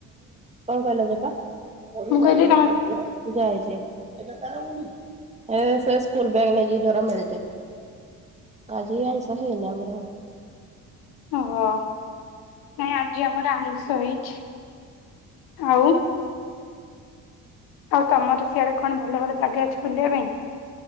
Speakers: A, on the right (about 20°); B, on the left (about 85°).
A: କହିଲ ବାପା? ପଢି
B: ମୁଁ
A: ଯାଇନି
B: କହିଲି ତମେ
A: ତ ଝିଅ? ଯାଇଛି, ଏଇଟା କାର ମିଳିଛି? ଏ ସେ ସ୍କୁଲ୍ ବ୍ୟାଗ୍ ନେଇଛି ଜୋରା ମିଳିଛି। ଆଜି ଆଇଁଷ ହେଇନି ଆମର।
B: ଓହୋ ନାଇଁ ଆଜି ଆମର ଆଇଁଷ ହେଇଛି ଆଉ। ଆଉ ତମର ସିଆଡେ କଣ ଭଲ ଭଲ ଜାଗା ଅଛି ବୁଲିବା ପାଇଁ?